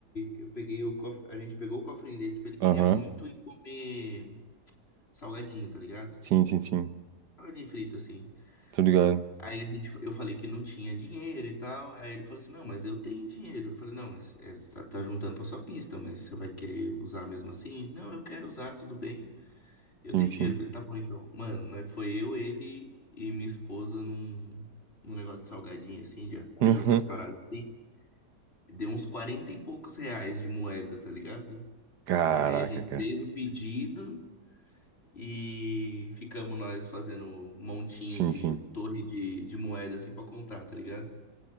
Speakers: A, on the left (about 35°); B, on the right (about 75°).
A: Eu peguei o cof- A gente pegou o cofrinho dele, tipo, ele queria
B: Aham.
A: muito ir comer salgadinho, tá ligado? Tipo,
B: Sim, sim, sim.
A: salgadinho frito, assim.
B: Tô ligado.
A: Aí a gente, eu falei que não tinha dinheiro e tal. Aí ele falou assim: Não, mas eu tenho dinheiro. Eu falei: Não, mas é, você tá, tá juntando pra sua pista, mas você vai querer usar mesmo assim? Não, eu quero usar, tudo bem. Eu
B: Sim,
A: tenho
B: sim.
A: dinheiro. Eu falei: Tá bom, então. Mano, nós foi eu, ele e minha esposa num, num negócio de salgadinho assim, de açaí,
B: Aham.
A: essas paradas assim. Deu uns 40 e poucos reais de moeda, tá ligado?
B: Caraca,
A: E aí a gente
B: cara.
A: fez o pedido. E ficamos nós fazendo um montinho
B: Sim,
A: de
B: sim.
A: torre de, de moeda assim pra contar, tá ligado?